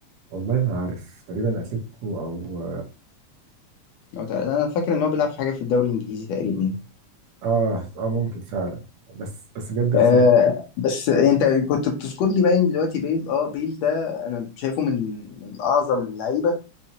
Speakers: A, on the right; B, on the left.
A: والله ما عارف تقريبا اتلتيكو او
B: لو تع- انا فاكر ان هو بيلعب في حاجه في الدوري الانجليزي تقريبا
A: اه اه ممكن فعلا بس بس بجد خسرت
B: آه بس انت كنت بتذكر لي باين دلوقتي بيل اه بيل ده انا شايفه من من اعظم اللعيبه